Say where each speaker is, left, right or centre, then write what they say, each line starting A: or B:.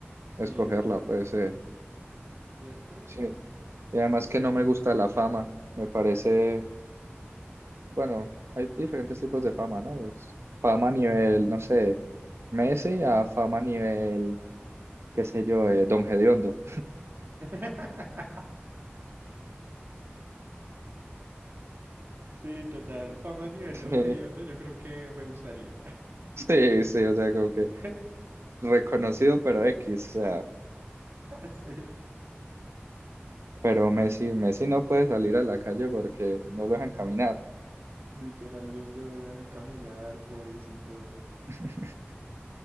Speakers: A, on the right; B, on the right.
A: Sí,
B: escogerla,
A: está fácil.
B: pues eh,
A: ¿Cierto?
B: sí.
A: Sí.
B: Y además que no me gusta la fama, me parece, bueno, hay diferentes tipos de fama, ¿no? Pues, fama a nivel, no sé, Messi a fama a nivel, qué sé yo, eh, Don Hediondo.
A: <laughs> Sí, total. Fama a nivel
B: <laughs>
A: don Hediondo, yo creo que me gustaría.
B: Sí, sí, o sea, como que
A: <laughs>
B: reconocido pero X, o sea.
A: Sí,
B: Pero Messi, Messi no puede salir a la calle porque no lo dejan caminar.
A: literalmente no lo dejan caminar, pobrecito.
B: <laughs>